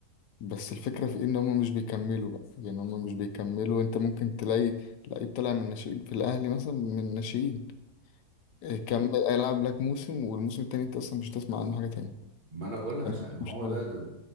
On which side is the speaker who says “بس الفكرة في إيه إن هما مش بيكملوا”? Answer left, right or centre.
Left